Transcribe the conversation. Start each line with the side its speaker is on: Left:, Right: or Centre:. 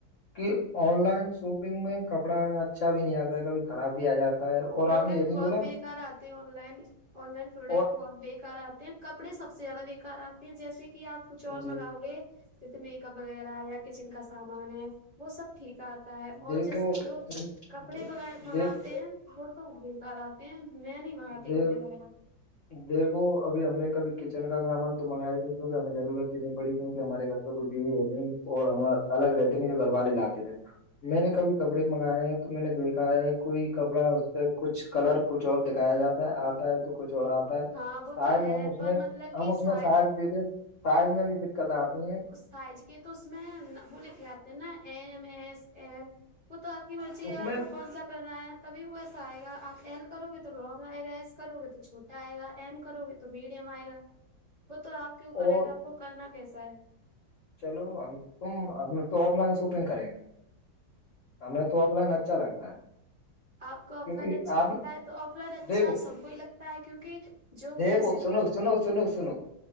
Left: کہ آن لائن شاپنگ میں کپڑا اچھا بھی نہیں آتا ہے کبھی خراب بھی آ جاتا ہے اور
Right: پروڈکٹ
Left: آپ نے یہ نہیں
Right: بہت
Left: بولا
Right: بےیکار آتے ہیں آن لائن آن لائن پروڈکٹ
Left: اور
Right: تو بہت بےیکار آتے ہیں کپڑے سب سے زیادہ بےکار آتے ہیں جیسے کہ آ کچھ اور
Left: جی
Right: منگا ہوئے جیسے میک اپ وغیرہ یا کچن کا سامان ہے وہ سب ٹھیک آتا اور
Left: دیکھو
Right: جیسے
Left: دیکھ
Right: کلوت کپڑے منگاتے
Left: دیکھ
Right: ہیں وہ تو بےیکار آتے ہیں میں نہیں منگاتی
Left: دے
Right: کپڑے وغیرہ
Left: دیکھو ابھی ہم نے کبھی کچن کا سامان تو منگا ہی نہیں کیونکہ ہمیں ضرورت ہی نہیں پڑی کیوںک ہمارے گھر کوئی بیوی ہے نہیں اور ہم الگ رہتے نہیں جو گھر والے لاتے رہتے میں نے کبھی کپڑے منگائے ہیں تو میں نے دیکھا ہے کوئی کپڑا اس پہ کچھ کلر کچھ اور دکھایا جاتا ہے آتا ہے تو کچھ اور آتا
Right: ہاں وہ
Left: سائز
Right: تو ہے
Left: ہم اس
Right: پر
Left: میں
Right: مطلب کہ
Left: ہم اس
Right: سائ
Left: میں سائز دیتے سائز میں بھی دقت آتی ہیں
Right: سائز کے تو اس میں وہ لکھے آتے نا ایم ایس ایم وہ تو آپ کی مرضی ہے
Left: اس
Right: آپ
Left: میں
Right: کون سا کرنا ہے تبھی وہ ویسا آئے گا آپ ایل کرو گے تو لونگ آئے گا ایس کرو گے تو چھوٹا آئے گا ایم کرو گے تو میڈیم آئے گا وہ تو آپ کے اوپر
Left: اور
Right: ہے کہ آپ کو کرنا کیسا ہے
Left: چلو ہم تم ہم تو آف لائن شاپنگ کریں گے ہمیں تو آف لائن اچھا لگتا ہے
Right: آپ کو اپائن
Left: کیونکہ
Right: اچھا لگتا
Left: آپ
Right: ہے تو آف لائن اچھا
Left: دیکھو
Right: سب کو ہی لگتا ہے کیونکہ جو
Left: دیکھو
Right: پیسے
Left: سنو سنو سنو سنو